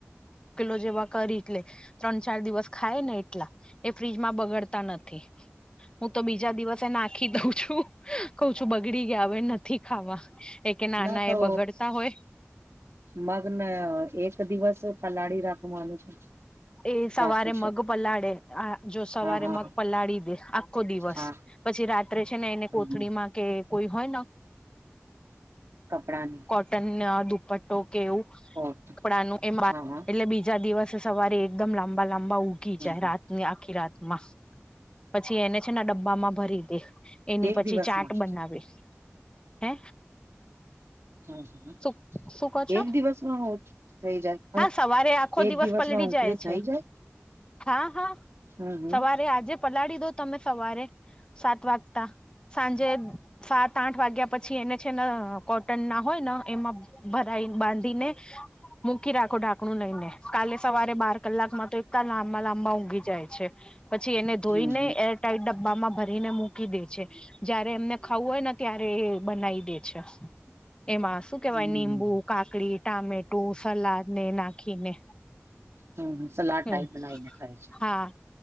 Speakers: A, on the left; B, on the right.
A: પેલો જે વઘારી જ લે ત્રણ ચાર દિવસ ખાય ને એટલા એ ફ્રીજમાં બગડતા નથી. હું તો બીજા દિવસે નાખી દઉં છું. કઉ છું બગડી ગયા હવે નથી ખાવા. એ કે નાના
B: ના તો
A: એ બગડતા હોય
B: મગ ને એક દિવસ પલાળી રાખવાનું છે.
A: એ સવારે
B: રાખો છે.
A: મગ પલાળે આ જો સવારે
B: હા હા
A: મગ પલાળી દે આખો દિવસ.
B: હા
A: પછી રાત્રે છે ને એને કોથળીમાં
B: હમ
A: કે કોઈ હોય ને
B: કપડાની
A: કોટન દુપટ્ટો કે એવું
B: ઓકે
A: કપડા નું એમાં
B: હા હા
A: એટલે બીજા દિવસે સવારે એકદમ લાંબા લાંબા ઉગી
B: હમ
A: જાય રાતની આખી રાત. મા પછી એને છે ને ડબ્બામાં ભરી દે. એની
B: એક
A: પછી
B: દિવસમાં
A: ચાટ બનાવે હે.
B: હમ
A: શું શું કહો છો
B: એક દિવસમાં હુ થઈ જાય?
A: હા સવારે આખો
B: એક
A: દિવસ
B: દિવસમાં
A: પલળી
B: અંકુરિત
A: જાય છે
B: થઈ જાય
A: હા હા
B: હમ હમ
A: સવારે આજે પલાળી દો તમે સવારે સાત વાગતા સાંજે સાત આઠ વાગ્યા પછી એને છે ને કોટનના હોય ને એમાં ભરાઈ બાંધીને મૂકી રાખો ઢાંકણું લઈને કાલે સવારે બાર કલાકમાં તો એકદમ લાંબા લાંબા ઊગી જાય છે પછી એને ધોઈને
B: હમ
A: એર ટાઈટ ડબ્બામાં ભરીને મૂકી દેછે. જયારે એમને ખાવું હોય ને ત્યારે એ બનાવી દે છે. <unintelligible> હુ કેહેવાય
B: હમ
A: નીંબુ કાકડી, ટામેટું, સલાડને નાખીને.
B: હમ હમ સલાડ
A: હમ્મ
B: ટાઈપ બનાવીને ખાય છે.
A: હા.